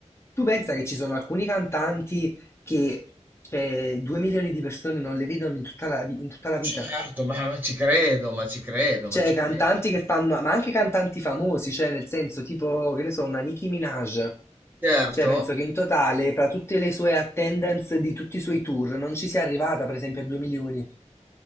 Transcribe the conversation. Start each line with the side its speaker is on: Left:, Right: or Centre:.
Left: Tu pensa che ci sono alcuni cantanti che cioè, 2 milioni di persone non le vedono in tutta la, vi- in tutta la
Right: Certo,
Left: vita?
Right: ma, ma ci credo, ma ci credo,
Left: Cioè,
Right: ma ci
Left: cantanti
Right: credo.
Left: che fanno, ma anche cantanti famosi, cioè nel senso tipo, che ne so, una Nicki Minaj.
Right: Certo?
Left: Cioè, penso che in totale, fra tutte le sue attendance di tutti i suoi tour, non ci sia arrivata, per esempio, a 2 milioni.